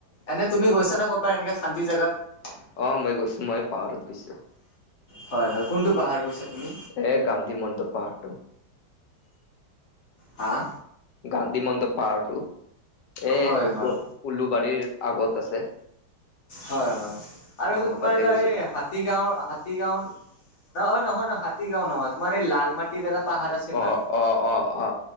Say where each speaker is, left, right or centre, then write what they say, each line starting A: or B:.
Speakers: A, on the left (about 55°); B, on the left (about 75°).
A: এনে তুমি গৈছা নে, ক'ৰবাত এনেকুৱা শান্তি জেগাত?
B: অ', মই গৈছো‍ঁ। মই পাহাৰত গৈছোঁ।
A: হয়, হয়। কোনটো পাহাৰত গৈছা তুমি?
B: এ, গান্ধীমণ্ডপ পাহাৰটো।
A: হা।
B: গান্ধীমণ্ডপ পাহাৰটো, এ,
A: হয় হয়
B: উলুবাৰীৰ আগত আছে।
A: হয়, হয়। আৰু
B: অ
A: এটা তোমাৰ
B: তাতে
A: এটা
B: গৈছিলো
A: এই হা তীগাঁও, হাতীগাঁও ন নহয় নহয় হাতীগাঁও নহয় তোমাৰ এই লালমাটি টিত এটা পাহাৰ আছিল
B: অ
A: না।
B: অ অ অ